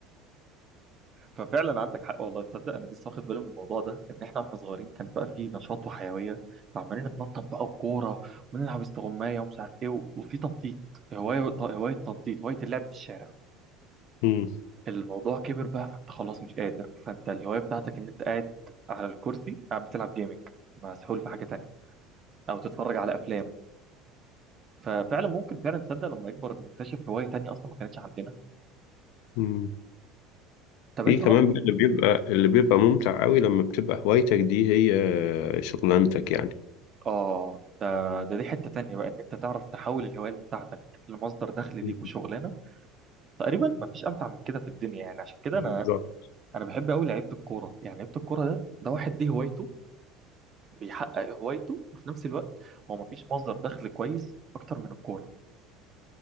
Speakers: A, on the right; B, on the left.
A: ففعلا عندك حق والله تصدق انا لسه واخد بالي من الموضوع ده ان احنا واحنا صغيرين كان بقى فيه نشاط وحيويه فعمالين نتنطط بقى وكوره ونلعب استغمايه ومش عارف ايه و- وفي تنطيط هوايه هوايه تنطيط هوايه اللعب في الشارع
B: مم.
A: الموضوع كبر بقى فانت خلاص مش قادر فانت الهوايه بتاعتك ان انت قاعد على الكرسي قاعد بتلعب جيمنج مسحول في حاجه تانية او تتفرج على افلام ففعلا ممكن فعلا تصدق لما يكبر نكتشف هوايه تانية اصلا ما كانتش عندنا
B: مم.
A: طب
B: في
A: انت
B: كمان
A: برضه
B: بقى اللي بيبقى اللي بيبقى ممتع قوي لما بتبقى هوايتك دي هي شغلانتك يعني
A: اه ده ده دي حتة تانية بقى ان انت تعرف تحول الهواية بتاعتك لمصدر دخل
B: مم.
A: ليك وشغلانة تقريبا ما فيش امتع من كده في الدنيا يعني عشان كده
B: بالظبط
A: انا انا بحب قوي لعيبة الكورة يعني لعيبة الكورة ده ده واحد دي هوايته بيحقق هوايته وفي نفس الوقت هو ما فيش مصدر دخل كويس اكتر من الكورة